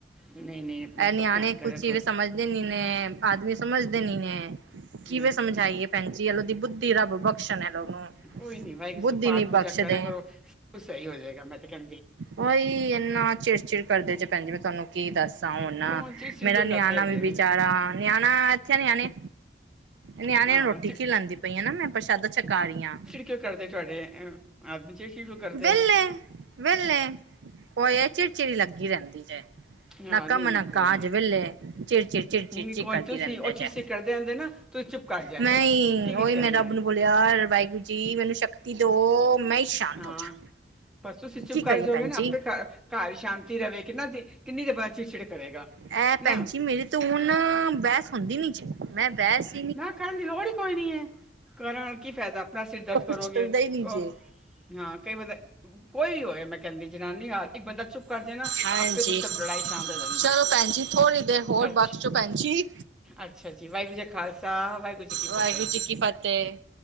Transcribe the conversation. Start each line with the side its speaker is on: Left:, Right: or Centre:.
Centre: ਨਹੀਂ ਨਹੀਂ ਆਪਣਾ
Right: ਐਹ ਨਿਆਣੇ
Centre: ਸਭ ਧਿਆਨ
Right: ਕੁਛ
Centre: ਕਰਿਆ
Right: ਨਹੀਂ
Centre: ਕਰੋ
Right: ਸਮਝ ਦੇ ਨੀ ਨੇ ਆਦਮੀ ਸਮਝਦੇ ਨੀ ਨੇ ਕਿਵੇਂ
Centre: ਨਹੀਂ
Right: ਸਮਝਾਈਏ।
Centre: ਨਹੀਂ
Right: ਭੈਣ ਜੀ ਐਲੋ ਦੀ ਬੁੱਧੀ ਰੱਬ ਬਖਸ਼ਣ ਐਨਾ ਨੂੰ।
Centre: ਕੋਈ ਨੀ ਵਾਏ
Right: ਬੁੱਧੀ
Centre: ਪਾਠ
Right: ਨੀ ਬਖਸ਼ਦੇ।
Centre: ਪੂਜਾ ਕਰਾ ਕਰੋ ਸ ਸਈ ਹੋ ਜਾਏਗਾ ਮੈਂ ਤੇ ਕੇਂ
Right: ਉਹੀ ਇੰਨਾ ਚਿੜ-ਚਿੜ ਕਰਦੇ ਜੇ ਭੈਣ ਜੀ, ਮੈਂ ਤੁਹਾਨੂੰ ਕੀ ਦੱਸਾਂ ਹੁਣ।
Centre: ਕਿਉਂ ਚਿੜਚਿੜ
Right: ਮੇਰਾ
Centre: ਕਿਉਂ ਕਰਦੇ
Right: ਨਿਆਣਾ
Centre: ਹੈਗੇ
Right: ਵੀ ਬੇਚਾਰਾ
Centre: ਵੇ
Right: ਨਿਆਣਾ ਇਥੇ ਨਿਆਣੇ ਨਿਆਣੇਆਂ
Centre: ਹਾਂ
Right: ਨੂੰ ਰੋਟੀ
Centre: ਚਿੜ
Right: ਖਿਲਾਂਦੀ ਪਈ ਆ ਨਾ ਮੈਂ ਪ੍ਰਸ਼ਾਦਾ ਛਕਾ ਰਈ ਆ।
Centre: ਕਿ ਕਿਉ ਕਰਦੇ ਤੁਹਾਡੇ ਆਦਮੀ ਸ਼ੇਸ਼ੀ ਕਿਉ ਕਰਦੇ
Right: ਵਿਹਲੇ-ਵਿਹਲੇ
Centre: ਵੇ।
Right: ਉਹ ਇਹ ਚਿੜ-ਚਿੜੀ ਲੱਗੀ ਰੇਂਦੀ ਜੇ।
Centre: ਹਾਂ
Right: ਨਾ ਕਾਮ
Centre: ਨਹੀਂ
Right: ਨਾ
Centre: ਨਹੀਂ ਕੋਈ
Right: ਕਾਜ
Centre: ਨਹੀਂ
Right: ਵੇਲੇ ਚਿੜ-ਚਿੜ, ਚਿੜ-ਚਿੜ
Centre: ਨਹੀਂ ਨਹੀਂ
Right: ਚਿ
Centre: ਕੋਈ
Right: ਕਰਦੀ
Centre: ਨੀ, ਤੁਸੀਂ
Right: ਰੇਂਦੇ
Centre: ਉਹ ਚਿੜਚਿੜ
Right: ਜੈ।
Centre: ਕਰਦੇ ਹੁੰਦੇ ਨਾ ਤੁਸੀਂ ਚੁੱਪ ਕਰ ਜਾਇਆ
Right: ਮੈਂ
Centre: ਕਰੋ
Right: ਈ
Centre: ਕੀ ਕੀਤਾ
Right: ਓਹੀ ਮੈਂ
Centre: ਜਾਏ
Right: ਰੱਬ ਨੂੰ ਬੋਲਿਆ ਵਾਹਿਗੁਰੂ ਜੀ ਮੈਨੂੰ ਸ਼ਕਤੀ ਦੋ ਮੈਂ ਹੀ ਸ਼ਾਂਤ ਹੋ ਜਾ
Centre: ਹਾਂ ਪਰ ਤੁਸੀਂ ਚੁੱਪ
Right: ਕੀ
Centre: ਕਾਰਜੋ
Right: ਕਰੀਏ ਭੈਣ
Centre: ਗੇ ਨਾ
Right: ਜੀ
Centre: ਆਪੇ ਕਾਰ ਇਚ ਸ਼ਾਂਤੀ ਰਵੇ ਕਿੰਨਾ ਦੇ ਕਿੰਨੀ ਦੇਰ ਬੰਦਾ ਚਿੜਚਿੜ ਕਰੇਗਾ।
Right: ਐ ਭੈਣ
Centre: ਨਾ
Right: ਜੀ ਮੇਰੀ ਤੇ ਹੁਣ ਬਹਸ ਹੁੰਦੀ ਨੀ ਜੇ ਮੈਂ ਬਹਸ
Centre: ਨਾ ਕਰਨ ਦੀ ਲੋੜ ਈ ਕੋਈ ਨੀ ਐ। ਕਰਨ ਨਾਲ ਕੀ ਫੈਦਾ ਆਪਣਾ ਸਿਰ ਦਰਦ ਕਰੋਗੇ
Right: ਚੱਲਦਾ ਹੀ ਨੀ
Centre: ਉਹ
Right: ਜੇ
Centre: ਹਾਂ ਕਈ ਬੰਦਾ ਕੋਈ ਵੀ ਹੋਵੇ ਮੈਂ ਕੇਂਦੀ ਜਨਾਨੀ ਆ ਇੱਕ ਬੰਦਾ ਚੁੱਪ ਕਰ ਜੇ ਨਾ।
Right: ਹਾਂਜੀ
Centre: ਆਪੇ ਤੇ ਸਭ ਲੜਾਈ ਸ਼ਾਂਤ ਹੋ ਜਾਂਦੀ
Right: ਚਲੋ
Centre: ਹੈ
Right: ਭੈਣ ਜੀ ਥੋੜ੍ਹੀ ਦੇਰ ਹੋਰ
Centre: ਅੱਛਾ
Right: ਬਖਸ਼ੋ ਭੈਣ ਜੀ।
Centre: ਅੱਛਾ ਜੀ, ਵਾਏਗੁਰੂ ਜੀ ਖਾਲਸਾ ਵਾਏਗੁਰੂ ਜੀ ਕੀ
Right: ਵਾਹਿਗੁਰੂ
Centre: ਫਤੇਹ
Right: ਜੀ ਕੀ ਫਤਿਹ